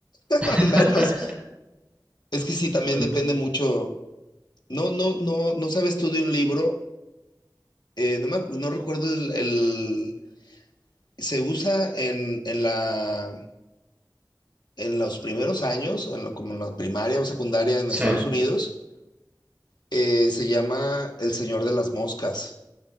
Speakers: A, on the left (about 70°); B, on the right (about 20°).
A: <laughs>
B: <laughs>
A: Al menos, es que sí, también
B: No
A: depende mucho. No, no, no, no sabes tú de un libro eh, no me acu- no recuerdo el, el- se usa en, en la en los primeros años, en lo- como en la primaria o secundaria en
B: Sí,
A: Estados Unidos, eh, se llama El Señor de las Moscas.